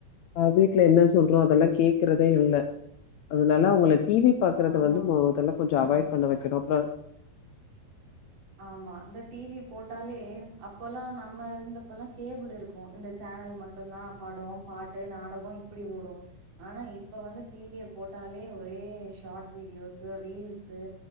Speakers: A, on the left; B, on the right.
A: ஆ வீட்டுல என்ன சொல்றோம் அதெல்லாம் கேக்குறதே இல்லை அதனால உங்கள டிவி பாக்குறத
B: ஆமா
A: வந்து மொதல்ல கொஞ்சம் அவாய்ட் பண்ண வைக்கனு அப்ற
B: ஆமா இந்த டிவி போட்டாலே அப்போல்லாம் நம்ம இருந்தப்பல்லாம் கேபிள் இருக்கும் இந்த சேனல் மட்டும்தான் படம் பாட்டு நாடகம் இப்படி ஓடும் ஆனா இப்ப வந்து டிவிய போட்டாலே ஒரே ஷார்ட் வீடியோஸ் ரீல்ஸ்ஸீ